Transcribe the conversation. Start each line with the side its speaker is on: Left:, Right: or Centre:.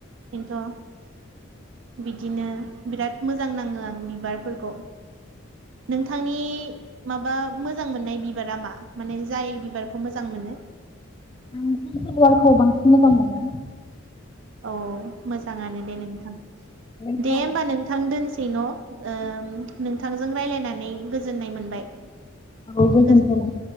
Right: खिन्थु बिदिनो बिराद मोजां नाङो आं बिबारफोरखौ नोंथांनि माबा मोजां मोननाय बिबारा मा माने जाय बिबारखौ मोजां मोनो
Left: आं ससिेल वार्कआव बांसिन मोजां मोनो
Right: औ मोजाङानो दे नोंथां
Left: नोंथाङालाय?
Right: दे होमबा नोंथां दोनसै न' ओ- नो- बिथांजों रायज्लायनानै गोजोननाय मोनबाय
Left: औबोंथ
Right: गोजोनथों
Left: <unintelligible>